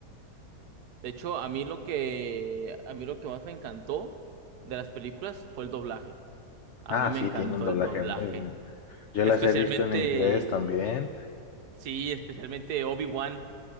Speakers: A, on the right; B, on the left.
A: De hecho, a mí lo que a mí lo que más me encantó de las películas fue el doblaje. A
B: Ah,
A: mí me
B: sí,
A: encantó
B: tiene un doblaje
A: el doblaje.
B: muy bueno. Yo
A: Especialmente,
B: las he visto en inglés también.
A: sí, especialmente Obi-Wan.